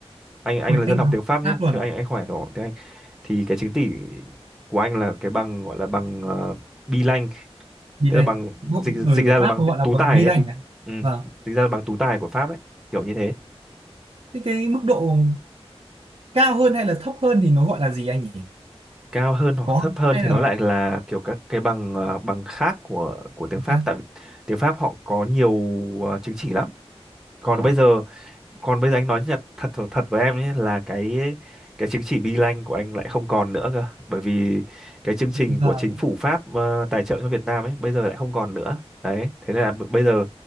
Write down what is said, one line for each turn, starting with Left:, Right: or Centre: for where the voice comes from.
Centre: anh anh
Right: Ui,
Centre: là dân
Right: anh
Centre: học
Right: học
Centre: tiếng Pháp nhá
Right: Pháp luôn
Centre: chứ
Right: à?
Centre: anh anh không phải thì cái chứng chỉ của anh là cái bằng gọi là bằng uh, B-Lang
Right: Bi
Centre: tức
Right: lành.
Centre: là bằng dịch dịch
Right: Người
Centre: ra
Right: ở
Centre: là
Right: Pháp
Centre: bằng
Right: gọi là
Centre: tú
Right: bằng
Centre: tài
Right: bi
Centre: ấy
Right: lành này.
Centre: ừ,
Right: Vâng.
Centre: dịch ra là bằng tú tài của Pháp ấy kiểu như thế
Right: Thế cái mức độ cao hơn hay là thấp hơn thì nó gọi là gì anh nhỉ?
Centre: cao hơn hoặc
Right: Có
Centre: thấp hơn
Right: hay
Centre: thì
Right: là
Centre: nó lại là kiểu các cái bằng ờ, bằng khác của của tiếng
Right: nó
Centre: Pháp
Right: khác?
Centre: tại vì tiếng Pháp họ có nhiều ờ, chứng chỉ lắm còn
Right: Vâng.
Centre: bây giờ còn bây giờ anh nói nhật thật thật thật với em nhé là cái cái chứng chỉ B-Lang của anh lại không còn nữa cơ bởi vì cái chương trình
Right: Giờ
Centre: của chính phủ Pháp ờ, tài trợ cho Việt Nam ấy bây giờ lại không còn nữa đấy thế nên là b- bây giờ